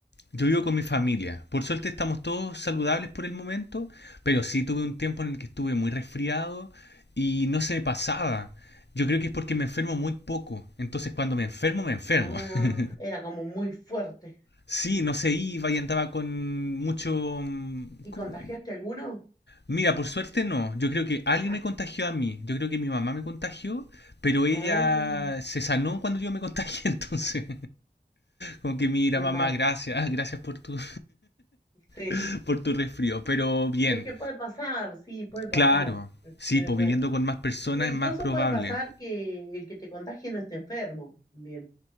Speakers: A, on the left (about 80°); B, on the left (about 20°).
A: Yo vivo con mi familia. Por suerte estamos todos saludables por el momento, pero sí tuve un tiempo en el que estuve muy resfriado y no se me pasaba. Yo creo que es porque me enfermo muy poco. Entonces cuando me enfermo, me enfermo.
B: Ah,
A: <laughs>
B: era como muy fuerte.
A: Sí, no se iba y andaba con mucho... mm,
B: ¿Y
A: ¿Cómo?
B: contagiaste alguno?
A: Mira, por suerte no. Yo creo que alguien
B: Ah,
A: me contagió a mí. Yo creo que mi mamá me contagió, pero ella
B: ah,
A: se sanó cuando yo me contagié. <laughs> Entonces, como que mira,
B: qué
A: mamá,
B: mal.
A: gracias, <laughs> gracias por tu,
B: Sí.
A: <laughs> por tu resfrío. Pero bien,
B: Es que puede pasar, sí, puede pasar.
A: Claro, sí,
B: Puede,
A: pues
B: puede.
A: viviendo con más personas
B: E incluso
A: es más probable.
B: puede pasar que el que te contagie no esté enfermo también.